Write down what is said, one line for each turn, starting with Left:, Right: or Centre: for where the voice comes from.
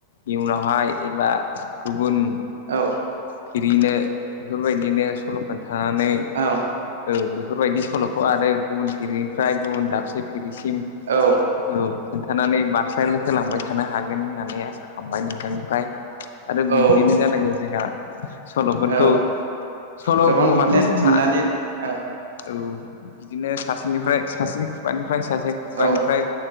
Left: इयुनावहाय एबा गुबुन
Right: औ
Left: फिरिनो बेफोरबायदिनो सल' खोन्थानानै
Right: औ
Left: औ बेफोरबायदि सल'खौ आरो गुबुन फिरिनिफ्राय गुबुन दाबसे फि गिबिसिम
Right: औ
Left: औ खोन्थानानै बार <unintelligible> होलांबाय थानो हागोन होननानै आसा खामबाय नोंथांनिफाय। आरो
Right: औ
Left: बिदिनो जानांगौ जोंहा सल'फोरखौ
Right: औ
Left: सल'
Right: गोबां
Left: बुङोबाथ'
Right: बिदिनो
Left: जोंहा
Right: थुननानै औ
Left: औ बिदिनो सासेनिफ्राय सासेनि खुगानिफ्राय सासे खुगानिफ्राय
Right: औ